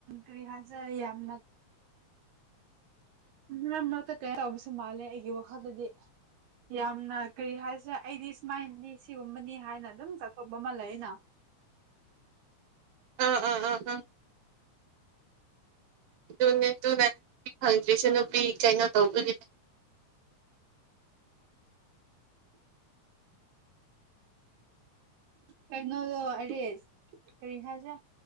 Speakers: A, on the right; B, on the right.
A: ꯀꯔꯤꯍꯥꯁꯦ ꯌꯥꯝꯅ ꯃꯔꯛ ꯃꯔꯛꯇ ꯀꯩꯅ ꯇꯕꯁꯨ ꯃꯥꯜꯂꯦ ꯑꯩꯒꯤ ꯋꯥꯈꯜꯗꯗꯤ ꯌꯥꯝꯅ ꯀꯔꯤ ꯍꯥꯏꯁꯦ ꯑꯩꯗꯤ ꯁꯨꯃꯥꯏꯅꯅꯤ ꯁꯤꯒꯨꯝꯕꯅꯤ ꯍꯥꯏꯅ ꯑꯗꯨꯝ ꯆꯠꯊꯣꯛꯄ ꯃꯥꯜꯂ ꯑꯅ
B: ꯑ ꯑ ꯑ ꯑ ꯑꯗꯨꯅꯦ ꯑꯗꯨꯅ ꯅꯨꯄꯤ ꯐꯪꯗ꯭ꯔꯤꯁꯨ ꯅꯨꯄꯤ ꯀꯩꯅꯣ ꯇꯧꯕꯒꯤꯅꯦ
A: ꯀꯩꯅꯣꯗꯣ ꯑꯔꯦꯁ ꯀꯔꯤ ꯍꯥꯏꯁꯦ